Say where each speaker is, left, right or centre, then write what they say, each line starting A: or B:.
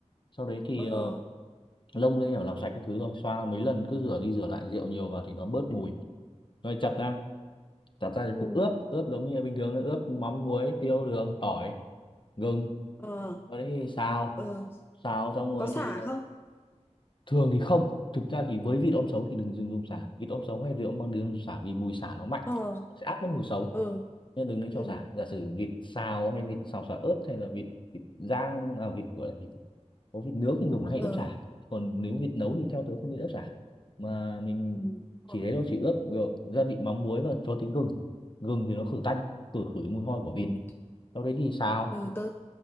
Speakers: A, on the left; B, on the left.
A: sau đấy thì
B: ờ
A: ờ, lông lên nhỏ làm sạch các thứ rồi xoa mấy lần cứ rửa đi rửa lại rượu nhiều vào thì nó bớt mùi rồi chặt ra chặt ra thì
B: ừ
A: cũng ướp ướp giống như là bình thường ướp mắm muối tiêu đường tỏi gừng
B: ờ
A: sau đấy thì xào
B: ờ
A: xào xong rồi
B: có xả
A: thì ờ,
B: không
A: thường thì không thực ra thì với vịt om
B: ờ
A: sấu thì đừng dùng dùng sả vịt om sấu hay vịt om bằng đừng dùng sả vì mùi sả nó mạnh
B: ờ
A: sẽ át mất mùi sấu
B: ừ
A: nên đừng nên
B: ừ
A: cho sả giả sử vịt xào hay vịt xào sả ớt hay là vịt vịt rang à, vịt gọi là vịt có vịt nướng thì mình hay
B: ờ
A: ướp chả còn nếu vịt nấu
B: ừ
A: thì theo tớ không nên ướp chả mà mình
B: ừ Rồi.
A: chỉ thế thôi chỉ ướp kiểu gia vị mắm muối và cho tí gừng gừng thì nó khử tanh khử khử cái mùi hôi của vịt
B: ừ
A: sau đấy thì xào
B: Ừ, tớ